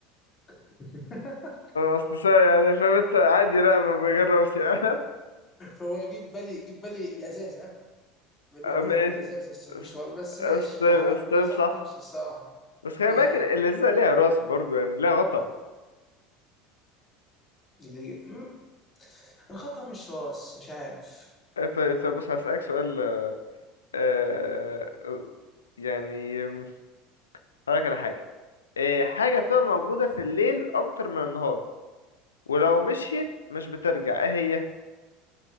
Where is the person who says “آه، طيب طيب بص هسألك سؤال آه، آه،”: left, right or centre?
Left